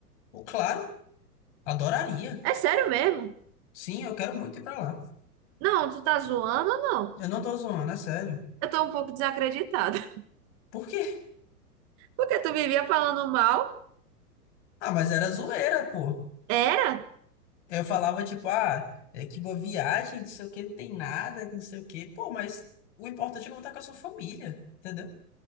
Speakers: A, on the left; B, on the right.
A: Pô, claro. Adoraria.
B: É sério mesmo?
A: Sim, eu quero muito ir pra lá.
B: Não, tu tá zoando ou não?
A: Eu não tô zoando, é sério.
B: Eu tô um pouco desacreditada. <laughs>
A: Por quê?
B: Porque tu vivia falando mal?
A: Ah, mas era zoeira, pô.
B: Era?
A: Eu falava, tipo, ah, é que boa viagem, não sei o que não tem nada, que não sei o que Pô, mas o importante é que eu vou estar com a sua família, entendeu?